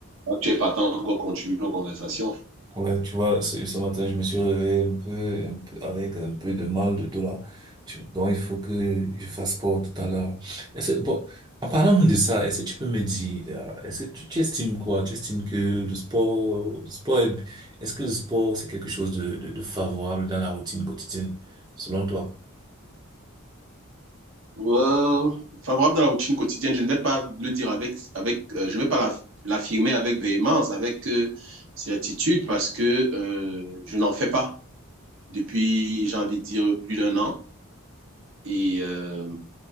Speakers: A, on the right (about 60°); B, on the right (about 20°).
A: Ah, tu es partant pour qu'on continue nos conversations.
B: Ouais, tu vois, ce, ce matin, je me suis réveillé un peu, un peu, avec un peu de mal de dos là. Tu- Donc, il faut que je fasse sport tout à l'heure. Est-ce, bon, en parlant de ça, est-ce que tu peux me dire, là, est-ce que tu, tu estimes quoi? Tu estimes que le sport, le sport est, est-ce que le sport, c'est quelque chose de, de, de favorable dans la routine quotidienne, selon toi?
A: Euh, favorable dans la routine quotidienne, je ne vais pas le dire avec, avec euh, je vais pas la- l'affirmer avec véhémence, avec euh, certitude, parce que euh, je n'en fais pas depuis, j'ai envie de dire, plus d'un an. Et euh,